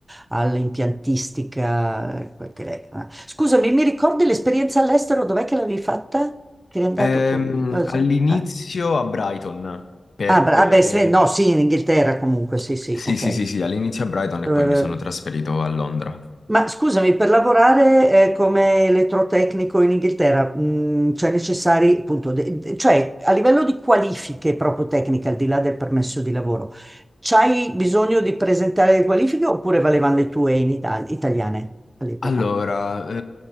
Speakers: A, on the right (about 25°); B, on the left (about 65°).
A: all'impiantistica. eh, quel che lei- eh. Scusami, mi ricordi l'esperienza all'estero? Dov'è che l'avevi fatta? Che eri andato
B: Ehm,
A: con... cosa?
B: all'inizio
A: Eh.
B: a Brighton, perché...
A: Ah, bra- ah, beh, se- no, sì, in Inghilterra comunque, sì, sì,
B: Sì,
A: ok.
B: sì, sì, sì, all'inizio a Brighton
A: Dove-
B: e poi mi sono trasferito a Londra.
A: Ma scusami, per lavorare eh, come elettrotecnico in Inghilterra, mh, cioè necessari, appunto, de- de- cioè a livello di qualifiche proprio tecniche, al di là del permesso di lavoro, c'hai bisogno di presentare le qualifiche oppure valevano le tue in Italia, italiane all'epoca?
B: Allora, eh,